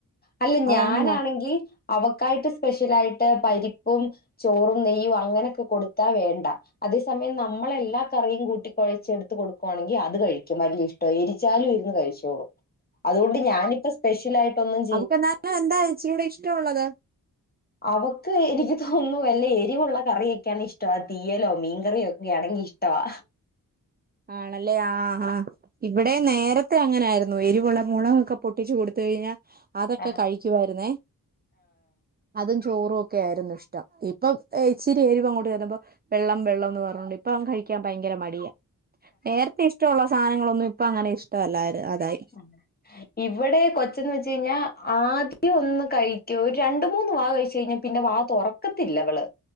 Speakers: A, on the left (about 25°); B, on the right (about 25°).
A: അല്ല
B: അതങ്ങനാ
A: ഞാനാണെങ്കി അവക്കായിട്ട് സ്പെഷ്യലായിട്ട് പരിപ്പും ചോറും നെയ്യും അങ്ങനൊക്കെ കൊടുത്താ വേണ്ട അതേസമയം നമ്മളെല്ലാ കറിയും കൂട്ടി കുഴച്ചെടുത്ത് കൊടുക്കുവാണെങ്കി അത് കഴിക്കും വലിയ ഇഷ് ട്ട. എരിച്ചാലും ഇരുന്ന് കഴിച്ചോളും അതുകൊണ്ട് ഞാനിപ്പ സ്പെഷലായിട്ട് ഒന്നും
B: അവക്ക് എന്നാലും എന്താ ഇച്ചിരിയൂടെ ഇഷ്ടമുള്ളത്
A: അവക്ക് എനിക്ക് തോന്നുന്നു വല്ല എരിവുള്ള കറിയൊക്കെയാണ് ഇഷ്ടം ആ തീയലോ മീൻകറിയോ ഒക്കെ ആണെങ്കി ഇഷ് ട്ടവാ
B: ആണല്ലേ ആഹ് ആഹ് ഇവിടെ നേരത്തെ അങ്ങനായിരുന്നു എരിവുളള മുളകൊക്കെ പൊട്ടിച്ചു കൊടുത്ത് കഴിഞ്ഞാ അതൊക്കെ
A: ആഹ്
B: കഴിക്കുവായിരുന്നേ അതും ചോറും ഒക്കെ ആയിരുന്നു ഇഷ്ടം ഇപ്പൊ ഇച്ചിരി എരിവ് അങ്ങോട്ട് ചെല്ലുമ്പോ വെള്ളം വെള്ളം എന്ന് പറഞ്ഞോണ്ട് ഇപ്പം അവൻ കഴിക്കാൻ ഭയര മടിയാ നേരത്തെ ഇഷ്ടമുള്ള സാധനങ്ങളൊന്നും ഇപ്പ അങ്ങനെ ഇഷ്ടവല്ലാര് അതായി
A: ഉ ഇവിടെ കൊച്ചന്ന് വെച്ച് കഴിഞ്ഞാ ആദ്യം ഒന്ന് കഴിക്കൂ ഒരു രണ്ടുമൂന്ന് വാ കഴിച്ച് കഴിഞ്ഞാ പിന്നെ വാ തുറക്കത്തില്ലവള്